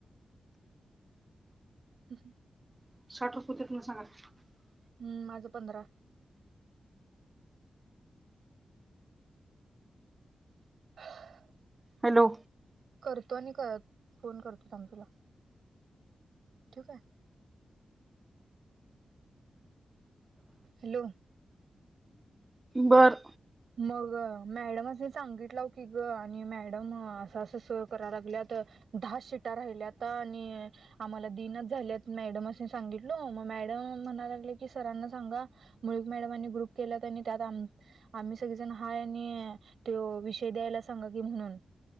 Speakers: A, on the right; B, on the right.
A: ह
B: <inaudible>
A: हम्म माझं पंधरा. <inaudible>
B: हॅलो
A: करतो आणि करत फोन करतो थांब तुला. ठीक आहे हॅलो
B: बरं
A: मग मॅडमचनी सांगितलं हो की ग आणि मॅडम असं असं सर करा लागल्या तर. दहा सिटा राहिल्या आता आणि आम्हाला दिनच झाल्यात मॅडम सांगितल मग मॅडम. म्हणायला लागले की, सरांना सांगा मोहित मॅडम आणि ग्रुप केलाय त्यात आम्ह. आम्ही सगळेजण हाय आणि तो विषय द्यायला सांगा की म्हणून.